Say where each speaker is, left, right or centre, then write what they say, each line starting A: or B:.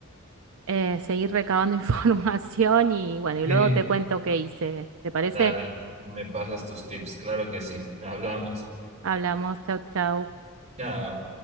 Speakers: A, on the right (about 65°); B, on the right (about 35°).
A: eh, seguir recabando <laughs> información y bueno, y
B: <laughs>
A: luego te cuento qué hice. ¿Te parece?
B: Dale, me pasas tus tips, claro que sí. Hablamos.
A: Hablamos, chau, chau.
B: Chao.